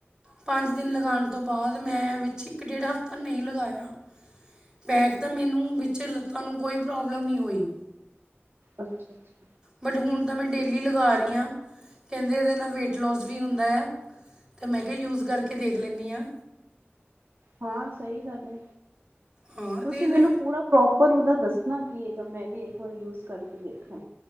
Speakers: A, on the right (about 20°); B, on the right (about 60°).
A: ਪੰਜ ਦਿਨ ਲਗਾਉਣ ਤੋਂ ਬਾਅਦ ਮੈਂ ਵਿੱਚ ਇੱਕ ਡੇਢ ਹਫ਼ਤਾ ਨਹੀਂ ਲਗਾਇਆ। ਪੈਕ ਤਾਂ ਮੈਨੂੰ ਵਿੱਚ ਲੱਤਾਂ ਨੂੰ ਕੋਈ ਪ੍ਰੋਬਲਮ ਨਹੀਂ ਹੋਈ।
B: ਅੱਛਾ-ਅੱਛਾ।
A: ਬਟ ਹੁਣ ਤਾਂ ਮੈਂ ਡੇਲੀ ਲਗਾ ਰਹੀ ਹਾਂ, ਕਹਿੰਦੇ ਇਹਦੇ ਨਾਲ ਵੇਟ ਲੋੌਸ ਵੀ ਹੁੰਦਾ ਆ। ਅਤੇ ਮੈਂ ਕਿਹਾ ਯੂਜ਼ ਕਰਕੇ ਦੇਖ ਲੈਂਦੀ ਹਾਂ।
B: ਹਾਂ ਸਹੀ ਗੱਲ ਹੈ।
A: ਹਾਂ ਅਤੇ
B: ਤੁਸੀਂ
A: ਇਹਦਾ
B: ਮੈਨੂੰ ਪੂਰਾ ਪ੍ਰੋਪਰ ਉਹਦਾ ਦੱਸਣਾ ਕੀ ਹੈਗਾ ਮੈਂ ਵੀ ਇੱਕ ਵਾਰ ਯੂਜ ਕਰਕੇ ਦੇਖਾਂ।